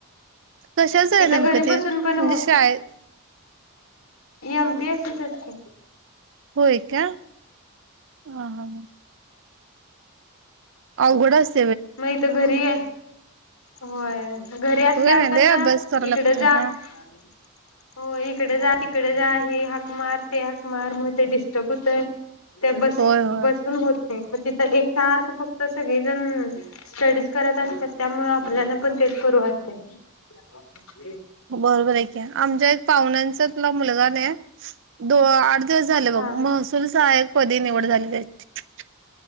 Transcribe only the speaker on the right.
कशाच आहे
नेमकं
ते
म्हणजे
शाळेत
होय का? ह ह अवघड असतं
होय ना
लय अभ्यास करावा लागतोय
हा
होय होय
बरोबर आहे की, आमच्या एक पाहुण्यांचातला मुलगा नाही, दो आठ दिवस झालं बघ.
महसूल सहायक पदी निवड झाली त्याची